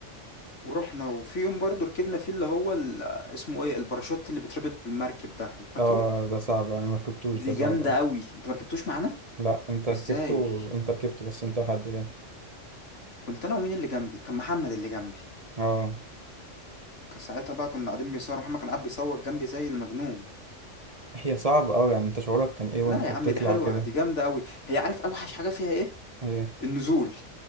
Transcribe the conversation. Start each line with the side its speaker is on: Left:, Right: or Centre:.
Left: ورحنا وفي يوم برضه ركبنا فيه اللي هو ال- اسمه ايه الباراشوت اللي بيتربط بالمركب ده فاكره
Right: اه ده صعب انا ما ركبتوش
Left: دي
Right: ده صعب
Left: جامده
Right: اوي
Left: قوي انت ما ركبتوش معانا
Right: لا انت ركبته
Left: ازاي
Right: انت ركبته بس انت وحد تاني
Left: كنت انا ومين اللي جنبي كان محمد اللي جنبي
Right: اه
Left: كان ساعتها بقى كنا قاعدين بيصور محمد كان قاعد بيصوت جنبي زي المجنون
Right: هي صعبة اوي يعني انت شعورك كان ايه وانت
Left: لا يا
Right: بتطلع
Left: عم دي حلوه
Right: كده
Left: دي جامده قوي هي عارف اوحش حاجه فيها ايه
Right: ايه
Left: النزول